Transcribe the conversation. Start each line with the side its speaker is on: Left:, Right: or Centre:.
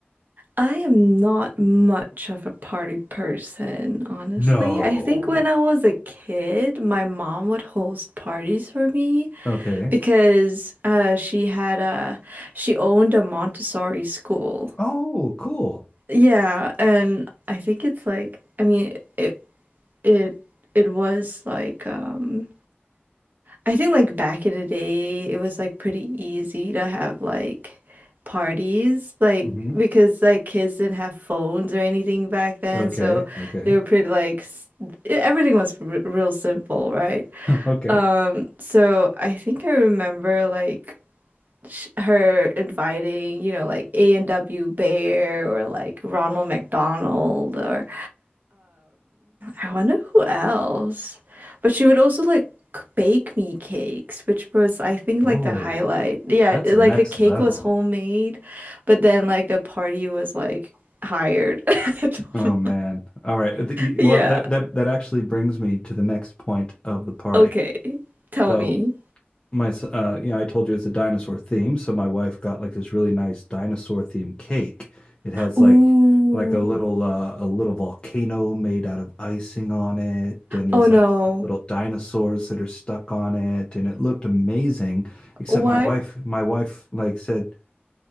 Right: I am not much of a party person, honestly.
Left: No.
Right: I think when I was a kid, my mom would host parties for me
Left: Okay.
Right: because uh she had a she owned a Montessori school.
Left: Oh, cool.
Right: Yeah, and I think it's like I mean it it it was like um I think like back in the day it was like pretty easy to have like parties like
Left: hmm
Right: because like kids didn't have phones or anything back then
Left: Okay.
Right: so
Left: Okay.
Right: they were
Left: <laughs>
Right: pretty like s- everything was r real simple, right?
Left: Okay.
Right: Um so I think I remember like sh- her inviting, you know, like A&W Bear or like Ronald McDonald or I wonder who else. But she would also like c- bake me cakes, which was I think
Left: Oh,
Right: like the highlight. Yeah,
Left: that's
Right: it-
Left: next
Right: like the cake
Left: level.
Right: was homemade, but then like the party was like hired. <laughs> I don't
Left: Oh
Right: know.
Left: man. All right. The-
Right: Yeah.
Left: well, that that that actually brings me to the next point of the party.
Right: Okay. Tell
Left: So
Right: me.
Left: my s- uh you know i told you it's a dinosaur theme so my wife got like this really nice dinosaur themed cake it has
Right: Ooh.
Left: like like a little uh a little volcano made out of icing on it and there's
Right: Oh no.
Left: like little dinosaurs that are stuck on it and it looked amazing except
Right: What?
Left: my wife my wife like said